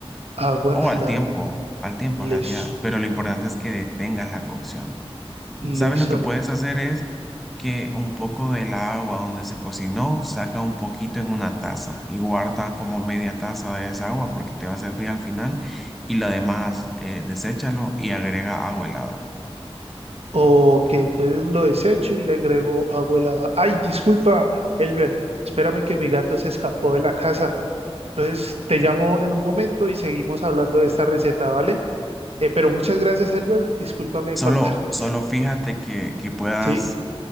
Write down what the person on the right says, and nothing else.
Agua
helada.
Listo,
listo.
Ok, entonces lo desecho y le agrego agua helada. Ay, disculpa, Elber, espérame que mi gato se escapó de la casa. Entonces te llamo en un momento y seguimos hablando de esta receta, ¿vale? Eh, pero muchas gracias, Elber. Discúlpame de
cortarte.
¿Sí?